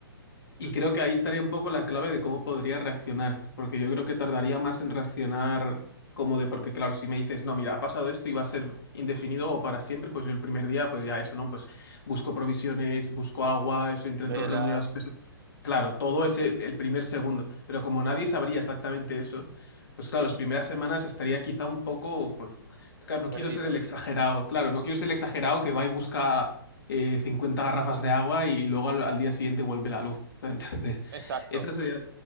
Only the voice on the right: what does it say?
Mm.
Velas,
no,
sí,
perdido.
Exacto.